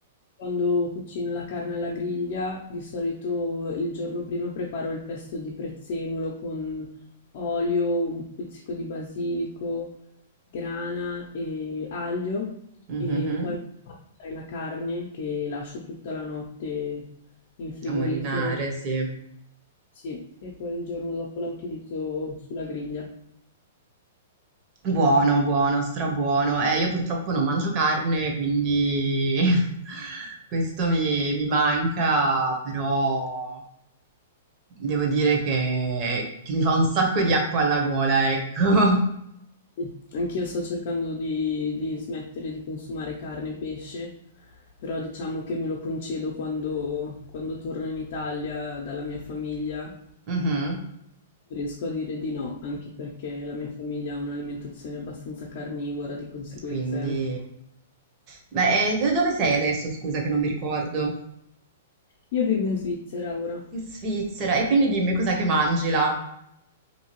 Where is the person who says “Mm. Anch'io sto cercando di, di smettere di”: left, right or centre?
Left